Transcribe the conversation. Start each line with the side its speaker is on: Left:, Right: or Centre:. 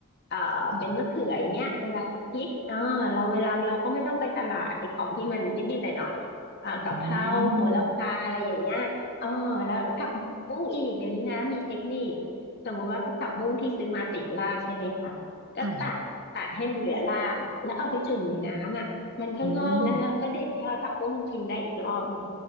Left: เอ่อเป็นมะเขืออย่างเงี้ยเวลาพริกเออเราเวลาเราก็ไม่ต้องไปตลาดไอ้ของที่มันนิดๆหน่อยๆเอ่อกะเพราโหระพาอะไรอย่างเงี้ยเออแล้วผักบุ้งอีกเดี๋ยวนี้นะมีเทคนิค
Right: ค่ะอืม
Left: สมมติว่าผักบุ้งที่ซื้อมาติดรากใช่ไหมคะก็ตัดตัดให้มันเหลือรากอ่ะแล้วเอาไปจุ่มในน้ำอ่ะมันก็งอกแล้วเราก็เด็ดยอดผักบุ้งกินได้อีกรอบหนึ่ง
Right: ค่ะอืม